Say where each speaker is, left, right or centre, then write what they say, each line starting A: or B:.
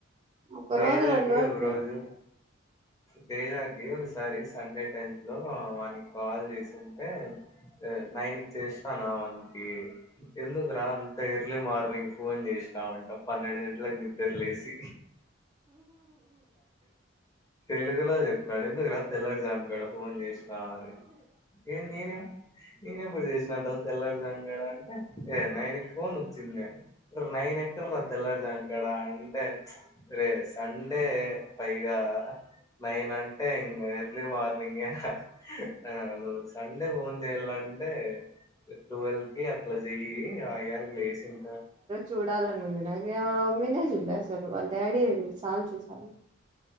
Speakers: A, on the right (about 25°); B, on the left (about 20°).
A: ఒక
B: తేజా
A: రోజు రెండు
B: కి
A: రోజులు
B: ఒక రోజు తేజాకి ఒకసారి సండే టైమ్స్ లో వానికి కాల్ చేసింటే నైన్ కి చేసినాన వానికి ఎందుకురా అంత ఎర్లీ మార్నింగ్ ఫోన్ చేసినామంట పన్నెండు గంటలకి ని నిద్ర లేసి తెలుగులో చెప్తున్నాడు ఎందుకు రా తెల్లడుజాం కాడ ఫోన్ చేస్ రా అని నేను ఎప్పుడు చేసినాన్ రా తెల్లడుజాం కాడ అంటే ఏ నైన్ ఫోన్ వచ్చింది. ఓర్ నైన్ ఎక్కడ రా తెల్లార్ జామ్ కాడ అంటే రే సండే పైగా నైన్ అంటే ఇంగ ఎర్లీ మార్నింగ్ ఏ హా ఆ నువ్ సండే ఫోన్ చేయాల అంటే ట్వల్కి అ అట్ల జెయ్యి ఆయ్యాల్కి లేసింత
A: చూడాలనుంది నాకి వాళ్ళ మమ్మీనే జూల్య అసలు వాళ్ళ్ డాడీ ఎన్ని సార్లు చూసానో